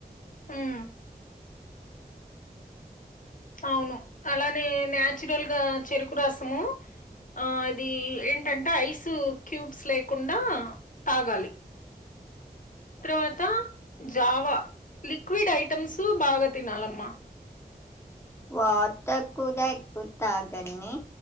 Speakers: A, on the left (about 55°); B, on the left (about 15°).
A: ఉమ్ అవును అలానే న్యాచురల్గా చెరుకు రసము అది ఏంటంటే ఐస్ క్యూబ్స్ లేకుండా తాగాలి తర్వాత జావా లిక్విడ్ ఐటమ్స్ బాగా తినాలమ్మా.
B: వాటర్ కూడా ఎక్కువ తాగలి